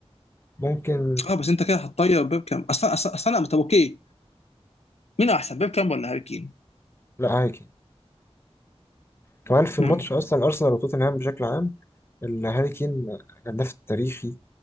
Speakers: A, on the left (about 20°); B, on the left (about 75°).
A: ممكن
B: اه بس انت كده هتطير بيبكام اصلا اصلا اصلا طب اوكي مين احسن بيبكام ولا هاري كين؟
A: لا هاري كين كمان في الماتش
B: مم.
A: أصلا أرسنال وتوتنهام بشكل عام الهاري كين الهداف التاريخي